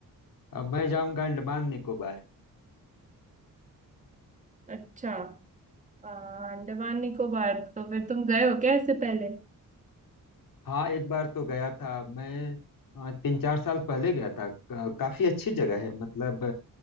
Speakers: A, on the left; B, on the right.
A: अब मैं जाऊंगा अंडमान निकोबार
B: अच्छा आ, अंडमान निकोबार तो फिर तुम गए हो क्या इससे पहले
A: हाँ एक बार तो गया था मैं अ, तीन चार साल पहले गया था का, काफी अच्छी जगह है मतलब